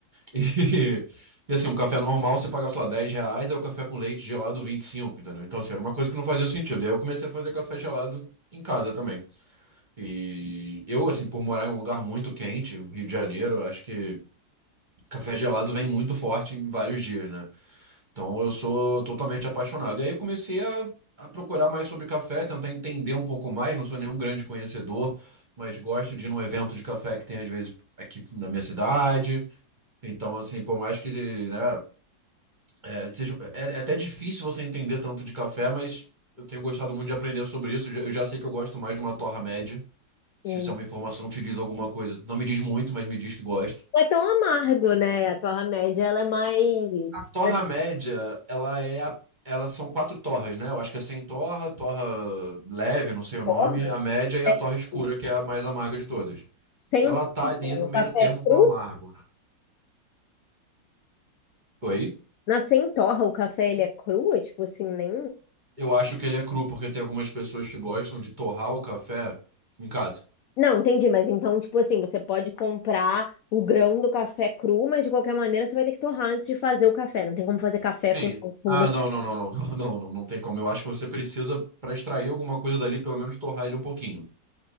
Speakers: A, on the right; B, on the left.
A: E, <laughs> e, assim, um café normal você pagava, sei lá, 10 reais, aí o café com leite gelado 25, entendeu? Então, assim, era uma coisa que não fazia sentido. E aí eu comecei a fazer café gelado em casa também. E eu, assim, por morar em um lugar muito quente, Rio de Janeiro, acho que Café gelado vem muito forte em vários dias, né? Então eu sou totalmente apaixonado. E aí eu comecei a, a procurar mais sobre café, tentar entender um pouco mais. Não sou nenhum grande conhecedor, mas gosto de ir num evento de café que tem às vezes aqui na minha cidade. Então, assim, por mais que, né, é, seja, é, é até difícil você entender tanto de café, mas eu tenho gostado muito de aprender sobre isso. Eu já eu já sei que eu gosto mais de uma torra média. Se
B: Hum.
A: isso é uma informação que te diz alguma coisa, não me diz muito, mas me diz que gosta.
B: Não é tão amargo, né? A torra média, ela é mais...
A: A torra
B: mais
A: média, ela é a- elas são quatro torras, né? Eu acho que é sem torra, torra leve, não sei o
B: torra,
A: nome, a média e a torra escura,
B: assim.
A: que é a mais amarga de todas.
B: Sem
A: Ela
B: torra.
A: tá ali
B: O
A: no meio
B: café
A: termo
B: é cru.
A: pro amargo, né? Oi?
B: Na sem torra, o café, ele é cru? É tipo assim, nem...
A: Eu acho que ele é cru, porque tem algumas pessoas que gostam de torrar o café em casa.
B: Não, entendi, mas então, tipo assim, você pode comprar o grão do café cru, mas de qualquer maneira você vai ter que torrar antes de fazer o café. Não tem como fazer café com,
A: Sim.
B: com, com
A: Ah,
B: grão.
A: não, não, não, não, <laughs> não, não, não, não tem como. Eu acho que você precisa, pra extrair alguma coisa dali, pelo menos torrar ele um pouquinho.